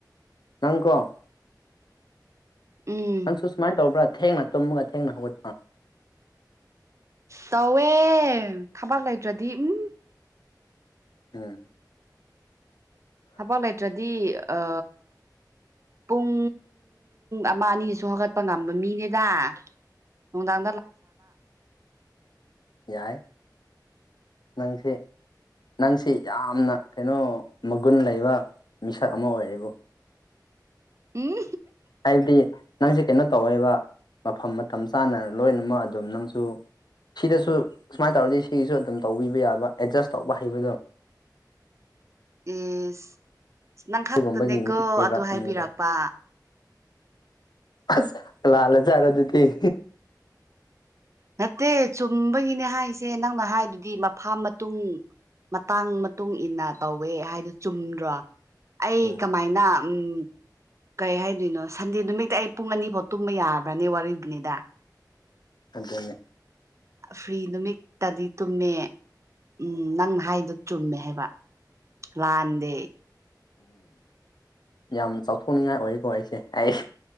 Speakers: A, on the left; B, on the right.
A: ꯍꯥꯡꯀꯣꯡ
B: ꯎꯝ
A: ꯑꯟꯁꯨ ꯁꯨꯃꯥꯏ ꯇꯧꯕꯕ꯭ꯔ ꯊꯦꯡꯅ ꯇꯃꯒ ꯊꯦꯡꯅ ꯍꯧꯒꯠꯄꯔꯥ
B: ꯇꯧꯋꯦ ꯊꯕꯛ ꯂꯩꯇ꯭ꯔꯗꯤ ꯎꯝ
A: ꯎꯝ
B: ꯊꯕꯛ ꯂꯩꯇ꯭ꯔꯗꯤ ꯑ ꯄꯨꯡ ꯑꯃ ꯑꯅꯤꯁꯨ ꯍꯧꯒꯠꯄ ꯉꯝꯕ ꯃꯤꯅꯦꯗ ꯎꯗ
A: ꯌꯥꯏ ꯅꯪꯁꯦ ꯅꯪꯁꯤ ꯌꯥꯝꯅ ꯀꯩꯅꯣ ꯃꯒꯨꯟ ꯂꯩꯕ ꯃꯤꯁꯛ ꯑꯃ ꯑꯣꯏꯔꯦꯕꯨ
B: ꯎꯝ
A: ꯍꯥꯏꯕꯗꯤ ꯅꯪꯁꯦ ꯀꯩꯅꯣ ꯇꯧꯋꯦꯕ ꯃꯐꯝ ꯃꯇꯝ ꯆꯥꯅ ꯂꯣꯏꯅꯃꯛ ꯑꯗꯨꯝ ꯅꯪꯁꯨ ꯁꯤꯗꯁꯨ ꯁꯨꯃꯥꯏꯅ ꯇꯧꯔꯗꯤ ꯁꯤꯒꯤꯁꯨ ꯑꯗꯨꯝ ꯇꯧꯕꯤꯕ ꯌꯥꯕ ꯑꯦꯗꯖꯁ ꯇꯧꯕ ꯍꯩꯕꯗꯣ
B: ꯑꯦꯁ ꯅꯪꯈꯥꯛꯛꯇꯅꯦꯀꯣ
A: ꯑꯗꯨꯒꯨꯝꯕꯒꯤ ꯃꯤꯅꯦꯕ
B: ꯑꯗꯨ
A: ꯈꯪꯉꯤꯀꯣ
B: ꯍꯥꯏꯕꯤꯔꯛꯄ
A: ꯑꯁ ꯂꯥꯂ ꯆ ꯍꯥꯏꯔ ꯑꯗꯨꯗꯤꯤ
B: ꯅꯠꯇꯦ ꯆꯨꯝꯕꯒꯤꯅꯦ ꯍꯥꯏꯁꯦ ꯅꯪꯅ ꯍꯥꯏꯗꯨꯗꯤ ꯃꯐꯥ ꯃꯇꯨꯡ ꯃꯇꯥꯡ ꯃꯇꯨꯡ ꯏꯟꯅ ꯇꯧꯋꯦ ꯍꯥꯏꯗꯨ ꯆꯨꯝꯗ꯭ꯔꯣ ꯑꯩ
A: ꯎꯝ
B: ꯃꯥꯏꯅꯥ ꯎꯝ ꯀꯩ ꯍꯥꯏꯗꯣꯏꯅꯣ ꯁꯟꯗꯦ ꯅꯨꯃꯤꯠꯇ ꯑꯩ ꯄꯨꯡ ꯑꯅꯤꯐꯧ ꯇꯨꯝꯕ ꯌꯥꯕ꯭ꯔꯅꯦ ꯋꯥꯔꯤꯔꯤꯕꯅꯤꯗ
A: ꯑꯗꯅꯦ
B: ꯐ꯭ꯔꯤ ꯅꯨꯃꯤꯠꯇꯗꯤ ꯇꯨꯝꯃꯦ ꯎꯝ ꯅꯪꯅ ꯍꯥꯏꯗꯨ ꯆꯨꯝꯃꯦ ꯍꯥꯏꯕ ꯂꯥꯟꯗꯦ
A: ꯌꯥꯝ ꯆꯥꯎꯊꯣꯛꯅꯤꯡꯉꯥꯏ ꯑꯣꯏꯀꯣ ꯑꯩꯁꯦ ꯑꯩ